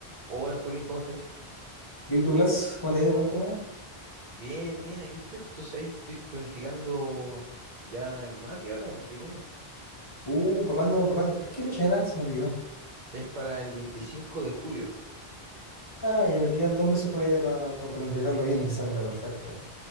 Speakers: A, on the right; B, on the left.
A: Hola Joaquín, ¿cómo estáis?
B: Virtu Plus, ¿cómo te ha ido? Cuéntame.
A: Bien, bien, aquí estoy. Tú sabes, estoy planificando ya el matri ahora, el matrimonio.
B: Uh, ¿para cuándo, para cuándo? ¿Qué fecha era? Se me olvidó.
A: Es para el 25 de julio.
B: Ah, ya quedan dos meses todavía para planificarlo bien y que salga perfecto.